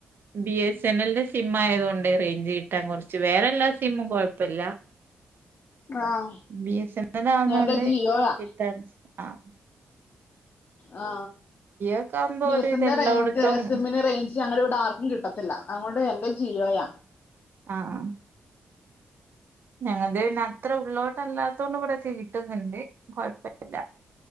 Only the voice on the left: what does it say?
ആഹ്
എന്റെ ജിയോയാ
ആ
ബി
എസ എനിന്റെ
റേഞ്ച് സിമ്മിന്റെ റേഞ്ച് ഞങ്ങളിവിടെ ആർക്കും കിട്ടത്തില്ല അതോണ്ട് എന്റെ ജിയോയാ